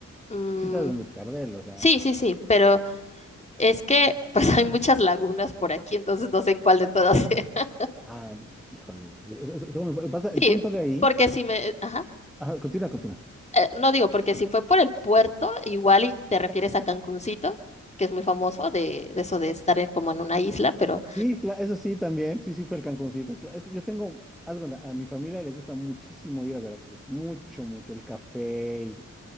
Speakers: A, on the left; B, in the centre.
A: Mm,
B: Sí sabes dónde es Cardel, o sea.
A: sí, sí, sí, pero es que pues hay muchas lagunas por aquí, entonces no sé en cuál de todas sea. <laughs>
B: Ah, híjole. es- es- es- no, me pasa- el
A: Sí,
B: punto de ahí.
A: porque si me... Ajá.
B: Ajá, continúa, continúa.
A: Eh, no digo, porque si fue por el puerto, igual y te refieres a Cancuncito, que es muy famoso de, de eso de estar en- como en una isla, pero
B: Sí, cla- eso sí, también. Sí, sí, fue el Cancuncito. Cla- Es que yo tengo, haz de cuenta, a mi familia le gusta muchísimo ir a Veracruz. Mucho, mucho. El café y